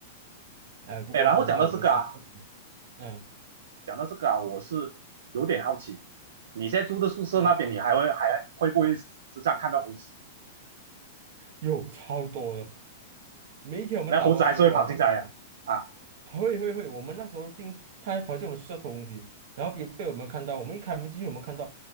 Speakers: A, on the right; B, on the right.
A: 哎，不过真的我们西啊，
B: 哎，然后讲到这个啊，
A: 嗯
B: 讲到这个啊，我是有点好奇，你现在住的宿舍那边，
A: 对，
B: 你还会还会不会时常看到猴子？
A: 有超多的，每一天我们打包食物啊，
B: 那猴子还是会跑进来呀、
A: 他都
B: 啊？啊
A: 会会会，我们那时候进，他还跑进我们宿舍偷东西，然后被被我们看到，我们一开门进去，我们看到，